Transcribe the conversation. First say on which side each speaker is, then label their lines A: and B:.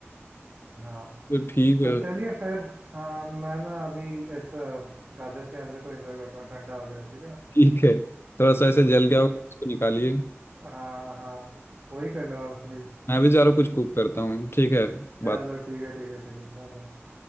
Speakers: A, on the right (about 45°); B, on the left (about 55°).
A: हाँ
B: तो ठीक है
A: तो चलिए फिर हाँ मैं ना अभी इस अ, गाजर के हलवे को एंजॉय करता हूँ ठंडा हो गया ठीक है
B: ठीक है थोड़ा सा ऐसे जल गया
A: हम्म
B: हो तो उसको निकालिए
A: हाँ हाँ वही करने वाला हूँ अभी
B: मैं भी जा रहा हूँ कुछ कुक करता हूँ ठीक है बात
A: चलो ठीक है ठीक है ठीक है बाय बाय